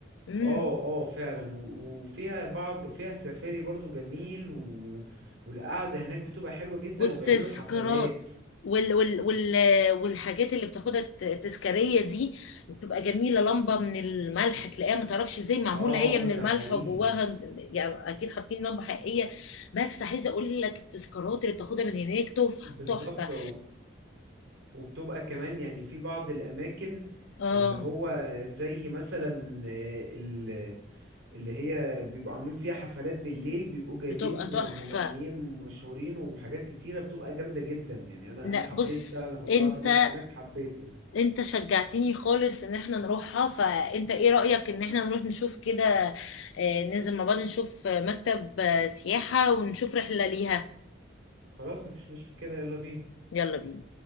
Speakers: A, on the left; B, on the right.
A: امم.
B: اه اه فعلا و- وفيها بعض فيها السفاري برضو جميل و... والقعدة هناك بتبقى حلوة جدا
A: والتذكارات
B: وبيعملوا حفلات
A: وال وال وال والحاجات اللي بتاخدها الت- التذكارية دي بتبقى جميلة لمبة من الملح تلاقيها ما تعرفش ازاي معمولة
B: اه
A: هي
B: آه،
A: من الملح
B: ده حقيقي
A: وجواها يعني اكيد حاطين لمبة حقيقية بس عايزة اقول لك التذكارات اللي بتاخدها من هناك تحفة
B: بالظبط
A: تحفة
B: وبتبقى كمان يعني في بعض الأماكن
A: اه
B: اللي هو زي مثلا آه، ال- اللي هي بيبقوا عاملين فيها حفلات بالليل بيبقوا جايبين
A: بتبقى تحفة
B: مغنيين مشهورين وحاجات كتيرة بتبقى جامدة جدا يعني أنا
A: لا
B: أنا حبيت
A: بص
B: فعلا لما طلعت
A: انت
B: مصيف هناك حبيته
A: انت شجعتني خالص ان احنا نروحها فانت ايه رأيك ان احنا نروح نشوف كده آه، ننزل مع بعض نشوف آه، مكتب آه، سياحة ونشوف رحلة ليها
B: خلاص مفيش مشكلة يلا بينا
A: يلا بينا